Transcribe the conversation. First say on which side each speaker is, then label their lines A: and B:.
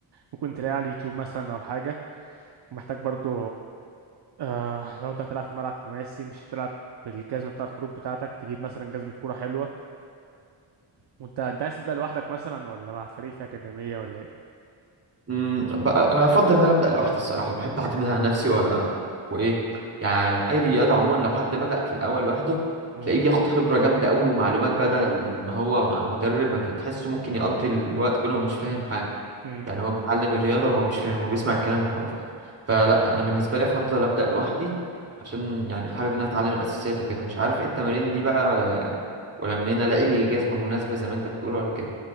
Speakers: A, on the right; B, on the right.
A: ممكن تلاقيه على اليوتيوب مثلا او حاجه ومحتاج برضو آه لو انت هتلعب في ملعب خماسي مش هتلعب بالجزمه بتاع الخروج بتاعتك تجيب مثلا جزمه كوره حلوه وانت انت عايز تبدا لوحدك مثلا ولا مع فريق في اكاديميه ولا ايه
B: امم بقى انا افضل ان انا ابدا لوحدي الصراحه بحب اعتمد على نفسي و... وايه يعني اي رياضه عموما لو حد بدا في الاول لوحده
A: امم
B: تلاقيه بياخد خبره جامده قوي ومعلومات بدل ما هو مع مدرب ما بيتحسه ممكن يقضي الوقت كله ومش فاهم حاجه
A: امم
B: يعني هو بيتعلم الرياضه وهو مش فاهم هو بيسمع الكلام وخلاص فلا انا بالنسبه لي افضل ابدا لوحدي عشان يعني حابب ان انا اتعلم الاساسيات وكده مش عارف ايه التمارين دي بقى ولا ولا منين الاقي جزمه مناسبه زي ما انت بتقول ولا كده